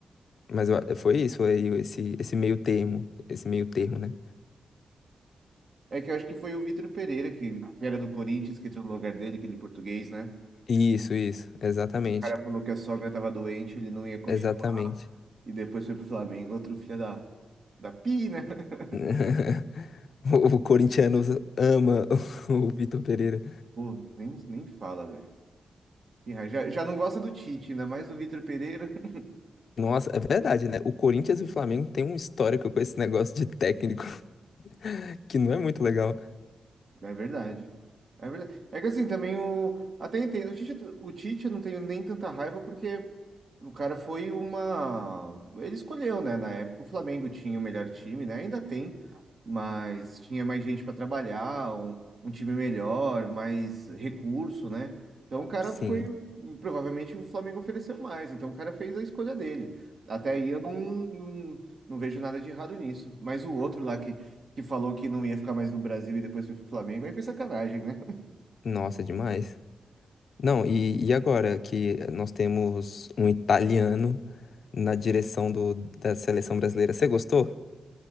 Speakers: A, on the left (about 60°); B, on the right (about 50°).
A: Mas eu a- foi isso, aí esse, esse meio termo, esse meio termo, né?
B: É que eu acho que foi o Vitor Pereira, que, que era do Corinthians, que entrou no lugar dele, aquele português, né? O
A: Isso, isso, exatamente.
B: cara falou que a sogra tava doente, ele não ia continuar.
A: Exatamente.
B: E depois foi pro Flamengo, outro filho da, da Pi, né? <laughs>
A: <laughs> O o corintiano ama <laughs> o Vitor Pereira.
B: Pô, nem, nem fala, velho. Que raiva. Já, já não gosta do Tite, ainda mais do Vitor Pereira. <laughs>
A: Nossa, é verdade, né? O Corinthians e o Flamengo têm um histórico com esse negócio de técnico <laughs> que não é muito legal.
B: É verdade. É verdade. É que assim, também o. Até entendo. O Tite, o Tite eu não tenho nem tanta raiva, porque O cara foi uma. Ele escolheu, né? Na época o Flamengo tinha o melhor time, né? Ainda tem, mas tinha mais gente para trabalhar, um, um time melhor, mais recurso, né? Então o cara
A: Sim,
B: foi. Provavelmente o Flamengo ofereceu mais, então o cara fez a escolha dele. Até aí eu não, não, não vejo nada de errado nisso. Mas o outro lá que, que falou que não ia ficar mais no Brasil e depois foi pro Flamengo, aí foi sacanagem, né?
A: nossa, é demais. Não, e, e agora que nós temos um italiano na direção do, da seleção brasileira, você gostou?